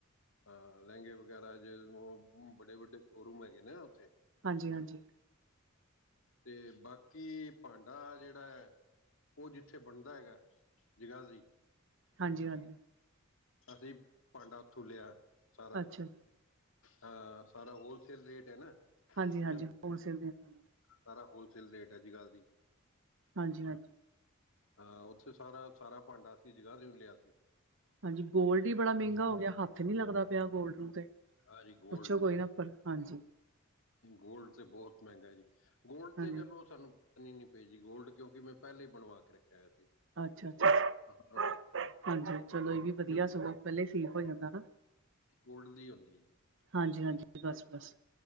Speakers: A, on the left (about 65°); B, on the right (about 65°).
A: ਹਾਂ ਲਹਿੰਗੇ ਵਗੈਰਾ ਜੇ ਉਹ ਵੱਡੇ ਵੱਡੇ ਸ਼ੋਰੂਮ ਹੈਗੇ ਨੇ ਉੱਥੇ
B: ਹਾਂਜੀ ਹਾਂਜੀ
A: ਤੇ ਬਾਕੀ ਭਾਂਡਾ ਜਿਹੜਾ ਹੈ ਉਹ ਜਿੱਥੇ ਬਣਦਾ ਹੈਗਾ ਜਗਾਧਰੀ
B: ਹਾਂਜੀ ਹਾਂਜੀ
A: ਅਸੀਂ ਭਾਂਡਾ ਉਥੋਂ ਲਿਆ ਸਾਰਾ
B: ਅੱਛਾ ਜੀ
A: ਹਾਂ ਸਾਰਾ ਹੋਲਸੇਲ ਰੇਟ ਹੈ ਨਾ
B: ਹਾਂਜੀ ਹਾਂਜੀ
A: ਚਮ
B: ਹੋਰ ਸੇਲ ਦੀਆਂ ਦੁਕਾਨਾਂ
A: ਸਾਰਾ ਹੋਲਸੇਲ ਰੇਟ ਹੈ ਜਗਾਦਰੀ।
B: ਹਾਂਜੀ ਹਾਂਜੀ
A: ਹਾਂ ਉੱਥੇ ਸਾਰਾ ਸਾਰਾ ਭਾਂਡਾ ਅਸੀ ਜਗਾਦਰੀਓ ਲਿਆ ਸੀ।
B: ਹਾਂਜੀ ਗੋਲਡ ਹੀ ਬੜਾ ਮਹਿੰਗਾ ਹੋ ਗਿਆ ਹੱਥ ਨੀ ਲੱਗਦਾ ਪਿਆ ਗੋਲਡ ਨੂੰ। ਤੇ
A: ਹਾਜੀ ਗੋਲਡ
B: ਪੁੱਛੋ ਕੋਈ ਨਾ ਪਰ ਹਾਂਜੀ
A: ਗੋਲਡ ਤੇ ਬਹੁਤ ਮਹਿੰਗਾ ਜੀ ਗੋਲਡ
B: ਹਾਂਜੀ
A: ਤੇ ਚਲੋ ਸਾਨੂੰ ਨੀ ਨੀ ਪੇਜੀ ਗੋਲਡ ਕਿਉਂਕਿ ਮੈਂ ਪਹਿਲਾਂ ਹੀ ਬਣਵਾ ਕੇ ਰੱਖਿਆ ਹੋਇਆ ਸੀ।
B: ਅੱਛਾ ਅੱਛਾ
A: ਹਾਂ,
B: ਹਾਂਜੀ। ਚਲੋ ਇਹ ਵੀ ਵਧੀਆ
A: ਕਿਉਂਕਿ
B: ਸਗੋਂ ਪਹਿਲੇ ਸਲੀਪ ਹੋ ਜਾਂਦਾ ਨਾ।
A: ਗੋਲਡ ਦੀ ਹੁੰਦੀ ਹੈ ਜੀ
B: ਹਾਂਜੀ ਹਾਂਜੀ, ਬਸ ਬਸ।